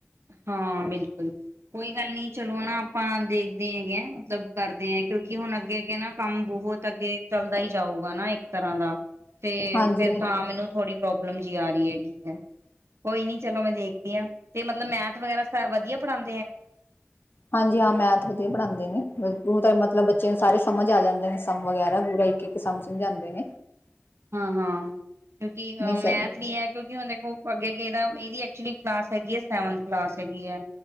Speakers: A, on the right; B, on the left.
A: ਹਾਂ ਬਿਲਕੁਲ ਕੋਈ ਗੱਲ ਨੀ ਚਲੋ ਨਾ ਆਪਾਂ ਦੇਖਦੇ ਹੈਗੇ ਆ ਮਤਲਬ ਕਰਦੇ ਏ ਕਿਉਂਕਿ ਹੁਣ ਅੱਗੇ ਅੱਗੇ ਨਾ ਕੰਮ ਬਹੁਤ ਅੱਗੇ ਚੱਲਦਾ ਹੀ ਜਾਊਗਾ ਨਾ ਇੱਕ ਤਰ੍ਹਾਂ ਦਾ ਤੇ
B: ਹਾਂਜੀ
A: ਫਿਰ ਤਾਂ ਮੈਨੂੰ ਥੋੜੀ ਪ੍ਰੋਬਲਮ ਜਿ ਆ ਰਹੀ ਹੈਗੀ ਐਂ। ਕੋਈ ਨੀ ਚਲੋ ਮੈਂ ਦੇਖਦੀ ਹਾਂ ਤੇ ਮਤਲਬ ਮੈਂ ਥ ਵਗੈਰਾ ਸ ਵਧੀਆ ਪੜ੍ਹਾਦ
B: ਹਾਂਜੀ ਹਾਂ ਮੈਥ ਵਧੀਆ ਪੜਾਦੇ ਨੇ ਦੇ ਤਾਂ ਮਤਲਬ ਬੱਚੇ ਨੂੰ ਸਾਰੇ ਸਮਝ ਆ ਜਾਂਦੇ ਨੇ ਸਮ ਵਗੈਰਾ ਪੂਰਾ ਇੱਕ ਇੱਕ ਸਮ ਸਮਝਾਦੇ ਨੇ।
A: ਹਾਂ ਹਾਂ ਕਿਉਂਕਿ ਅਹ
B: ਨਹੀਂ ਸਹੀ
A: ਮੈਥ ਵੀ ਹੈ ਕਿਉਂਕਿ ਹੁਣ ਦੇਖੋ ਅੱਗੇ ਗਦਾ ਇਹਦੀ ਐਕਚੁਲੀ ਕਲਾਸ ਹੈਗੀ ਹੈ ਸੈਵਨਥ ਕਲਾਸ ਹੈਗੀ ਹੈ